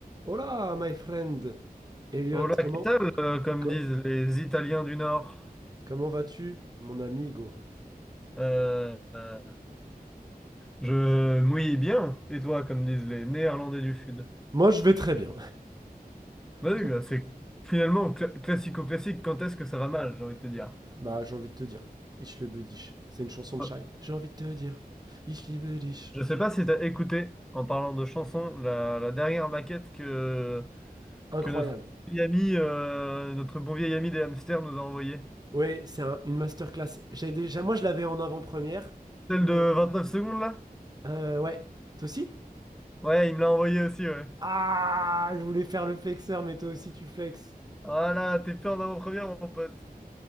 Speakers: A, on the right; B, in the centre.
A: Hola, my friend. Elliot,
B: Hola,
A: comment,
B: ¿qué tal? euh, comme
A: co-
B: disent les Italiens du Nord.
A: comment vas-tu, mon ami Hugo
B: Euh, euh, je mouille bien. Et toi, comme disent les Néerlandais du Sud.
A: Moi, je vais très bien.
B: Bah oui,
A: <laughs>
B: bah
A: Donc,
B: c'est finalement cla- classico-classique. Quand est-ce que ça va mal, j'ai envie de te dire.
A: bah, j'ai envie de te dire. Ich liebe dich. C'est une chanson
B: Bah,
A: de Shai. J'ai envie de te dire. Ich liebe dich.
B: Je sais pas si t'as écouté, en parlant de chansons, la, la dernière maquette que,
A: Incroyable.
B: que notre vieil ami, euh, notre bon vieil ami des hamsters nous a envoyée.
A: Ouais, c'est un- une masterclass. J'ai déjà, moi, je l'avais en avant-première.
B: Celle
A: Me-
B: de 29 secondes, là?
A: Euh, ouais. Toi aussi
B: Ouais, il me l'a envoyée aussi, ouais.
A: Ah, je voulais faire le flexeur, mais toi aussi, tu flexes.
B: Voilà, t'es peur d'avant-première, mon pote.